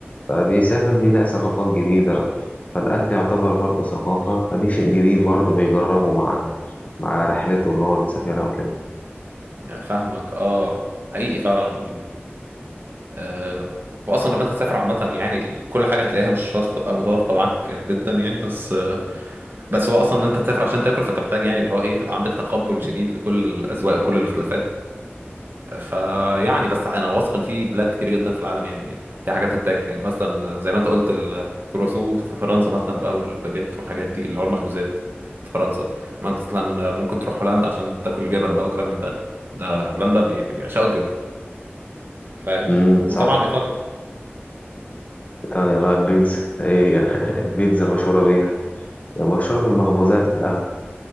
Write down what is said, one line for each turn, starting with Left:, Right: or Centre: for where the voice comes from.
Left: فبيسافر بيلاقي ثقافات جديدة فالأكل يعتبر برضه ثقافة فدي شيء جديد برضه بيجربه مع مع رحلته اللي هو مسافرها وكده
Right: فاهمك آه حقيقي فعلا آه، واصلا لما انت تسافر عامه يعني ال- كل حاجه هتلاقيها مش شرط تبقى متوافقه معاك جدا يعني بس آه، بس هو اصلا ان انت تسافر عشان تاكل فانت محتاج يعني اللي هو ايه تبقى عندك تقبل شديد لكل الاذواق وكل الاختلافات فيعني بس انا واثق ان في بلاد كتير جدا في العالم يعني في حاجات تتاكل يعني مثلا زي ما انت قلت الكرواسو في فرنسا مثلا بقى والباجيت والحاجات دي اللي هو المخبوزات في فرنسا مثلا ممكن تروح هولندا عشان تاكل جبن بقى وكلام من ده ده هولندا بي- بيعشقوا الجبن فاهم
Left: امم
Right: وطبعا
Left: صح
Right: ايطاليا
Left: إيطاليا بقى البيتزا هي <laughs> البيتزا مشهورة بيها يعني مشروب المخبوزات في الأغلب